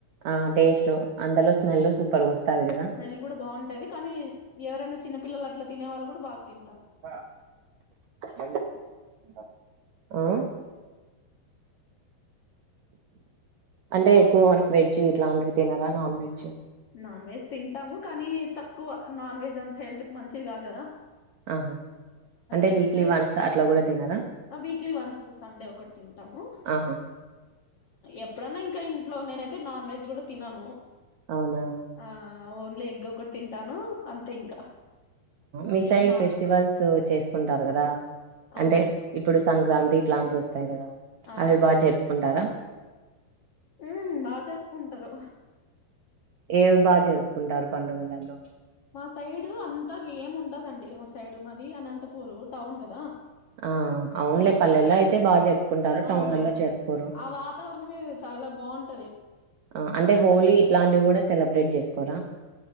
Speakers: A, on the right; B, on the left.
A: ఆ టేస్టు అందలో స్మెల్ సూపర్ గా వస్తాది కదా.
B: స్మెల్ కూడ బాగుంటది కానీ ఎవరైనా చిన్న పిల్లలు అట్ల తినే వాళ్ళు కూడా బాగ్ తిం
A: అమ్మ పల్లీలు మ్మ్ అంటే ఎక్కువ వెజ్ ఇట్లాంటివి తినరా నాన్ వెజ్
B: నాన్ వెజ్ తింటాము కానీ తక్కువ నాన్ వెజ్ అంత హెల్త్ మంచిది కాదు కదా
A: ఆహా! అంటే
B: ఎగ్స్
A: వీక్లీ వన్స్ అట్లా గూడా తినరా?
B: వీక్లీ వన్స్ సండే ఒకటి తింటాము
A: ఆహా!
B: ఎప్పుడనా ఇంకా ఇంట్లో నేనైతే నాన్ వెజ్ కూడా తినను
A: అవునా
B: ఆ ఓన్లీ ఎగ్ ఒకటి తింటాను అంతే ఇంకా
A: మిసైడ్
B: ఏం నాన్
A: ఫెస్టివల్స్ చేస్ కుంటారు కద
B: అవునవును
A: అంటే ఇప్పుడు సంక్రాంతి ఇట్లాంటివి వస్తు టయి కదా
B: ఆ
A: అవి బా జరుపు కుంటారా
B: ఉ బాగా జరుపుకుంటరు
A: ఏ బా జరుపు కుంటారు పండుగలలో
B: సైడు అంతా ఏం ఉండదండి మా సైడు మాది అనంతపూరు టౌన్ కదా
A: ఆ అవునులే,
B: మస్
A: పల్లెల్లో అయితే బాగా జరుపుకుంటారు,
B: అవునవును
A: టౌన్లలో జరుపుకోరు
B: ఆ వాతావరణమే చాలా బాగుంటది
A: ఆ
B: పల్లెల్లో
A: అంటే హోలీ ఇట్లాంటివి కూడా సెలబ్రేట్ చేసుకోరా